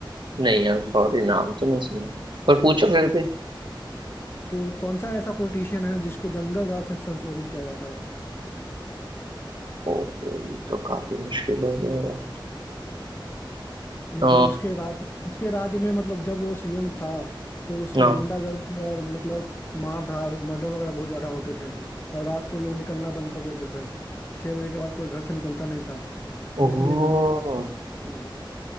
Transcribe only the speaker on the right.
नहीं हम सॉरी नाम तो नहीं सुना पर पूछो फिर भी
ओहो ये तो काफी मुश्किल हो गया यार
अ,
हाँ
ओह